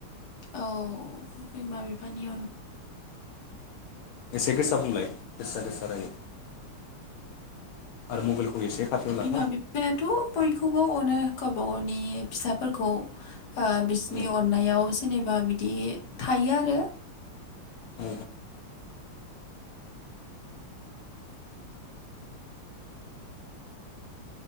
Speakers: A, on the left (about 55°); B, on the left (about 80°).
A: औ बिमा बिफानि अन
B: एसे गोसा बुंलाय गोसा गोसा रायलाय आरो मबाइलखौ एसे खाथियाव
A: बिमा
B: ला हो
A: बिफायाथ बयखौबो अनो गावबा गावनि फिसाफोरखौ ओ बिसोरनि
B: औ
A: अननायाव जेनेबा बिदि थायो आरो
B: औ